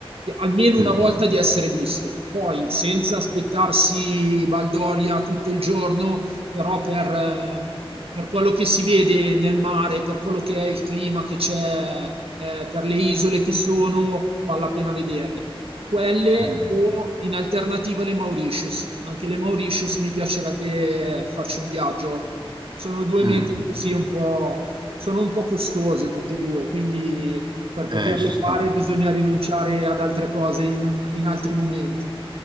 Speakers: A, on the right; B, on the right.
A: almeno
B: mm,
A: una volta di essere visto. Poi senza aspettarsi Baldoria tutto il giorno, però per, ehm, per quello che si vede nel mare, per quello che è il clima che c'è, eh, per le isole che sono, vale la pena vederle. Quelle
B: mm,
A: o in alternativa le Mauritius. Anche le Mauritius mi piacerebbe farci un viaggio. Sono due
B: mm.
A: mete così un po', sono un po' costose tutte e due, quindi per poterle
B: Eh, ci sta,
A: fare bisogna rinunciare ad altre cose in, un- in altri momenti.